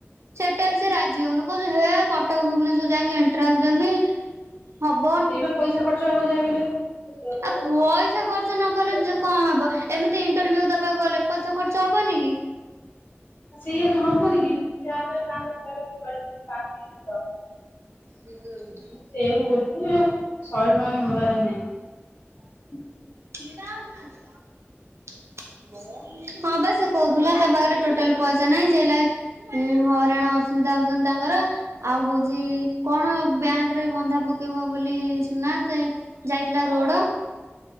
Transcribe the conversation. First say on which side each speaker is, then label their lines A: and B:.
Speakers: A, on the right; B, on the left.
A: ସେଟା ବି ସେ ରାଜି ହଉନି କହୁଛି ହେ କଟକ ଭୁବନେଶ୍ଵର ଯାଇକି ଏଣ୍ଟ୍ରାସ ଦେମି। ହବ
B: ସେଇବା ପଇସା ଖର୍ଚ୍ଚ ହବ ଯାହା ବି ହେଲେ। ତ ସେଇଆ କହିବ,
A: ଆ ପଇସା
B: ପଳେଇଲା।
A: ଖର୍ଚ୍ଚ ନ କଲେ କଣ ହବ ଏମିତି ଇଣ୍ଟରଭିଉ ଦବାକୁ ଗଲେ ପଇସା ଖର୍ଚ୍ଚ ହବନି କି।
B: ଆଉ ସେଇଆ ନୁହେଁ ହବନି କି ଯାହା ବି ହେଲେ ପାଂଶ।
A: ସେ ଯୋଉ।
B: ସେଇୟାକୁ କହୁଛି ଶହେ ଟଙ୍କା ବି ମୋ ପାଖରେ ନାହିଁ।
A: ଖିର ଆଉ ନାହିଁ। ହଁ ବା ସେ କହୁଥିଲା ତା ପାଖରେ ଟୋଟାଲ ପଇସା ନାହିଁ ସେଇଲ ଉଁ ହଇରାଣ ଅସୁବିଧା ହଉଛନ୍ତି ତାଙ୍କର। ଆଉ ହଉଛି କଣ ବ୍ୟାଙ୍କରେ ବନ୍ଧା ପକେଇବ ବୋଲି ସୁନା ଯାଇଥିଲା ରୋଡ।